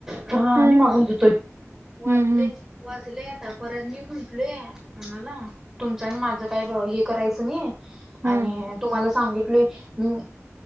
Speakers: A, on the right; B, on the right.
A: खरन आणि
B: हं
A: मागून घेतोय वाजले.
B: हम्म
A: वाजलय आता परत मी म्हटलय ह्यणाला तुमचं आणि माझ काय ब हे करायचं नाही. आणि
B: हम्म
A: तुम्हाला सांगितलय मी